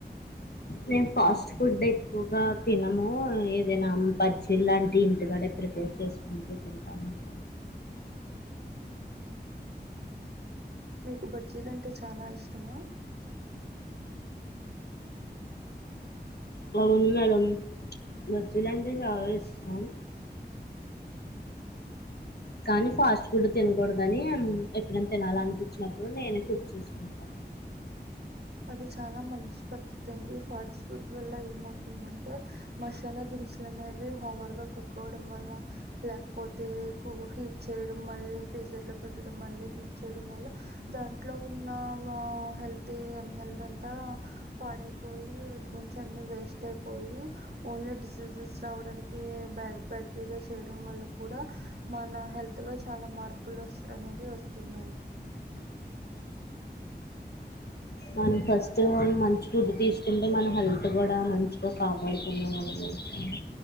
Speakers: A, on the left; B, on the right.
A: మేము ఫాస్ట్ ఫుడ్ ఎక్కువగా తినము, ఏదైనా బజ్జిలాంటి ఇంటికాడ ప్రిపేర్ చేసుకుంటూ తింటామంటా
B: మీకు బజ్జీలు అంటే చాలా ఇష్టమా?
A: అవున్ మేడం బజ్జీలు అంటే చాలా ఇష్టం. కానీ ఫాస్ట్ ఫుడ్ తినకూడదని ఎప్పుడైనా తినాలనిపించినప్పుడు నేనే కుక్ చేసుకుంటా.
B: అది చాలా మంచి పద్ధతి అండి ఫాస్ట్ ఫుడ్ వల్ల ఏం ఆవుతుందిదంటే, మసాలా దినుసులు అనేవి హవర్గా కుక్ అవ్వడం వల్ల, లేకపోతే కు హీట్ చేయడం మళ్ళీ ఫ్రీజర్ లో పెట్టడం మళ్ళీ హీట్ చేయడం వల్ల దాంట్లో ఉన్న వ హెల్త్ తీన్ హెల్త్ అంతా పాడైపోయి విటమిన్స్ అన్ని వేస్ట్ అయిపోయి, ఓన్లీ డిసీజెస్ రావడానికి బ్యా బ్యాక్టీరియా చేయడం వల్ల కూడా, మన హెల్త్లో చాలా మార్పులు అస్ అనేవి వస్తున్నాయి
A: మనం ఫస్ట్ మంచి ఫుడ్ తీసుకుంటే మన హెల్త్ కూడా మంచిగా కాపాడుకున్న వాళ్ళం అవుతాం.